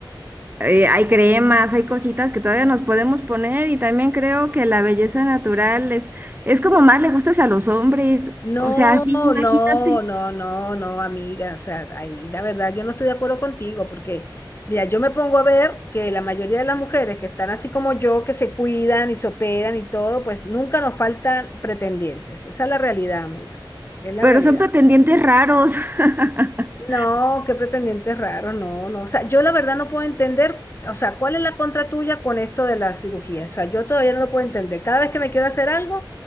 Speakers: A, on the right; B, on the left.
A: eh, hay cremas, hay cositas que todavía nos podemos poner y también creo que la belleza natural es, es como más le gustas a los hombres,
B: No,
A: o sea, sí,
B: no,
A: imagínate,
B: no, no, no, amiga. O sea, ahí la verdad yo no estoy de acuerdo contigo porque, mira, yo me pongo a ver que la mayoría de las mujeres que están así como yo, que se cuidan y se operan y todo, pues nunca nos faltan pretendientes. Esa es la realidad, amiga. Es la
A: pero
B: realidad.
A: son pretendientes raros. <laughs>
B: No, qué pretendientes raros, no, no. O sea, yo la verdad no puedo entender, o sea, ¿cuál es la contra tuya con esto de la cirugía? O sea, yo todavía no lo puedo entender. Cada vez que me quiero hacer algo,